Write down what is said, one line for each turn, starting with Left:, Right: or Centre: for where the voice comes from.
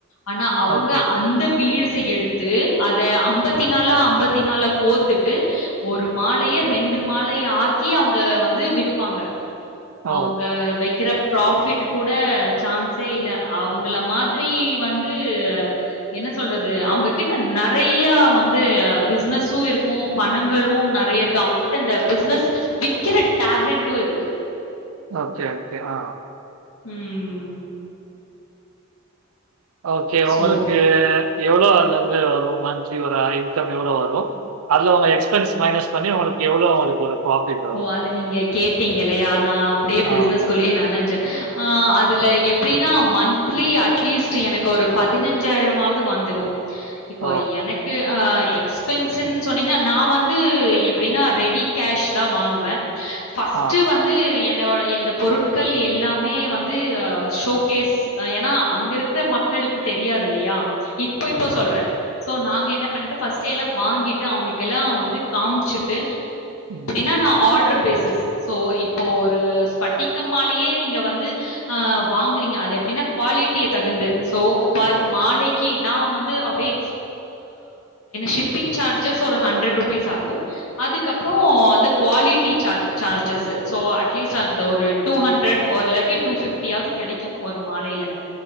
Left: ஆனா அவங்க
Right: ஓகே.
Left: அந்த பீடு ஸ எடுத்து அத அம்பத்தி நாளா அம்பத்தி நாளா கோத்துட்டு ஒரு மாலைய ரெண்டு மாலைய ஆக்கி அவங்க வந்து விப்பாங்க
Right: ஓ!
Left: அவங்க வெக்கிறப் ப்ராஃபிட் ட்டு கூட சான்ஸே இல்ல அவங்கள மாதுரி வந்து என்ன சொல்றது அவங்கிட்ட நறையா வந்து பிசனஸு இருக்கூ பணங்களு நறைய இருக்கு அவங்ககிட்ட இந்த பிசினஸ் விக்கிற டேலண்ட்டு இருக்கு
Right: ஓகே ஓகே ஆ
Left: ம்
Right: ஓகே உங்களுக்கு
Left: சோ
Right: எவ்ளோ அங்க வந்து அ ரூம் ஆச் ஜிவரா இன்கம் எவ்ளோ வரும் அதுல அவங்க எக்ஸ்பென்ஸ் மைனஸ் பண்ணி உங்களுக்கு எவ்வளோ அவங்களுக்கு ஒரு ப்ராஃபிட் வரும்?
Left: ஓ அது நீங்க கேட் டீங்கல்லையா நா அப்புடே பிசினஸ்குள்ளயே
Right: ஆமா.
Left: நனைச்சேன் ஆ அதுல எப்புடின்னா மந்த்லி அட்லீஸ்ட்டு எனக்கு ஒரு பதினஞ்சாயிரமாவது வந்துரும் இப்போ
Right: ஓ!
Left: எனக்கு ஆ எக்ஸ்பென்ஸன் சொன்னீங்க நான் வந்து எப்படின்னா ரெடி கேஷ் தான் தான் வாங்குவேன் ஃபர்ஸ்ட்
Right: ஆ.
Left: வந்து என் என்னோட இந்த பொருட்கள் எல்லாமே வந்து ஹ ஷோகேஸ் ஏன்னா அங்க இருக்கிற மக்களுக்கு தெரியாது இல்லையா இப்போ இப்போ
Right: ம்.
Left: சொல்றேன் சோ நாங்க என்ன பண்ணிட்டு ஃபஸ்ட்டே எல்லாம் வாங்கிட்டு அவங்களுக்கு எல்லாம் வந்து காமிச்சுட்டு
Right: <unintelligible>
Left: தனை ஆர்டர் பேசஸ் சோ இப்போ ஒரு பட்டிக்க மாலையே நீங்க வந்து வாங்கறீங்க எப்படின்ன குவாலிட்டிய தகுந்து பெர் மாலைக்கு வ அப்படிய ஷிப்பிங் சார்ஜஸ் ஒரு ஹண்டர் ருபீஸ் பீஸ் ஆகும் அதுக்கப்புறம் குவாலிட்டி சார் சார்ஜஸ் ஸோ அட்லீஸ்ட் அந்த ஒரு டூ ஹண்ட்ரட் இலலாட்டி டூ ஃபிப்டியாவது கிடைக்கும் ஒரு மாலையில